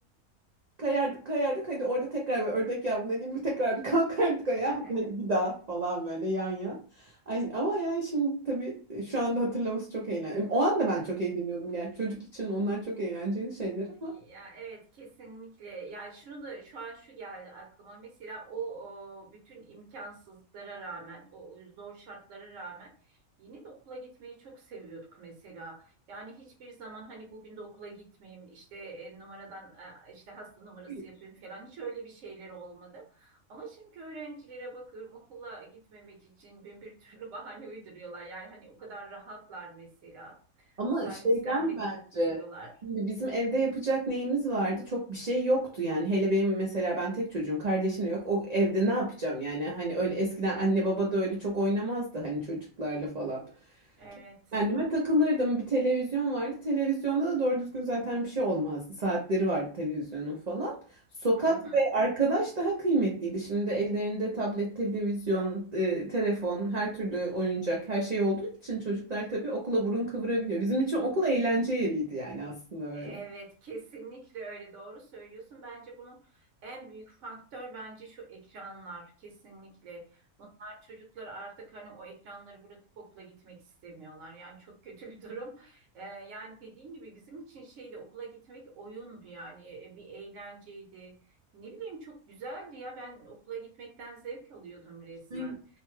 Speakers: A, on the right (about 80°); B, on the right (about 60°).
A: Kayardık kayardık hadi orada tekrar böyle ördek yavruna gibi tekrar bir <laughs> kalkardık ayağa
B: <laughs>
A: hadi, hadi bir daha falan böyle yan yan. Ay, ama yani şimdi tabii e, şu anda hatırlaması çok eğlenceli. O anda ben çok eğleniyordum yani çocuk için onlar çok eğlenceli şeyler ama.
B: Ya evet kesinlikle. Ya şunu da şu an şu geldi aklıma. Mesela o, o bütün imkansızlıklara rağmen, o, o zor şartlara rağmen yine de okula gitmeyi çok seviyorduk mesela. Yani hiçbir zaman hani bugün de okula gitmeyeyim, işte e, numaradan e, işte hasta numarası
A: Hiç.
B: yapayım falan hiç öyle bir şeyler olmadı. Ama şimdi öğrencilere bakıyorum okula gitmemek için bin bir türlü <laughs> bahane uyduruyorlar. Yani hani o kadar rahatlar mesela.
A: Ama
B: Servislerle
A: şeyden
B: gidip
A: bence
B: geliyorlar.
A: şimdi bizim evde yapacak neyimiz vardı? Çok bir şey yoktu yani. Hele benim mesela ben tek çocuğum, kardeşim de yok. O evde ne yapacağım yani? Hani öyle eskiden anne baba da öyle çok oynamazdı hani çocuklarla falan.
B: Evet.
A: Kendime takılırdım. Bir televizyon vardı. Televizyonda da doğru düzgün zaten bir şey olmazdı. Saatleri vardı televizyonun falan. Sokak
B: Hı hı.
A: ve arkadaş daha kıymetliydi. Şimdi ellerinde tablet, televizyon, e, telefon, her türlü oyuncak, her şey olduğu için çocuklar tabii okula burun kıvırabiliyor. Bizim için okul eğlence yeriydi yani aslında öyle.
B: Evet, kesinlikle öyle doğru söylüyorsun. Bence bunun en büyük faktör bence şu ekranlar kesinlikle. Bunlar çocuklar artık hani o ekranları bırakıp okula gitmek istemiyorlar. Yani çok <laughs> kötü bir durum. Ee, yani dediğin gibi bizim için şeydi okula gitmek oyundu yani e, bir eğlenceydi. Ne bileyim çok güzeldi ya ben okula gitmekten zevk alıyordum resmen.
A: Şey,